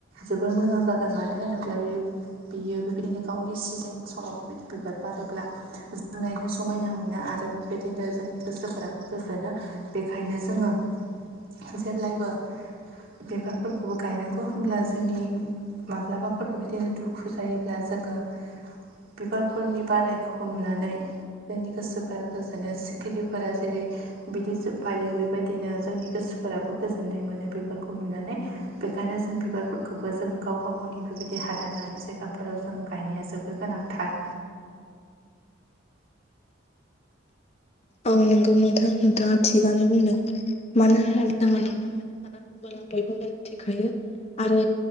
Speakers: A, on the right (about 50°); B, on the left (about 35°).
A: जोबोर मोजां जागोन मानो होनोब्ला इयो बियो बेबायदिनो गावनि सिजेन समाव बेबायदि बिबार बारोब्ला जों नायनो समायना मोनो आरो बेबायदिनो जोंनि गोसोफोराबो गोजोनो बेखायनो जोङो जेब्लायबो बिबारफोरखौबो गायनांगौ होनब्ला जोंनि माब्लाबाफोर बेबायदिनो दुखु जायोब्ला जोङो बिबारफोरनि बारनायखौ नुनानै जोंनि गोसोफोरा गोजोनो सिखिरिफोरा जेरै बिदै सोबफायो बेबायदिनो जोंनि गोसोफोराबो गोजोननाय मोनो बेफोरखौ नुनानै बेखायनो जों बिबारफोरखौबो जों गाव गाव गावनि बेबायदि हादान लानाय जायगाफोराव जोङो गायनाया जोब र गोनांथार
B: औ नंगौ नोंथां नोंथाङा थिगानो बुंदों मानो होन जोङो नुनो मोनो बिबार बुंबाला बयबो मोनथिखायो आरो